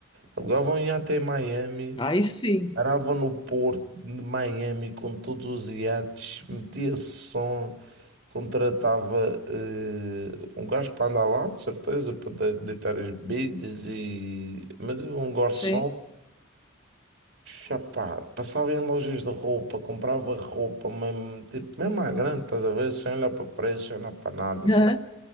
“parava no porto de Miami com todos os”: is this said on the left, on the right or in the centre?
Right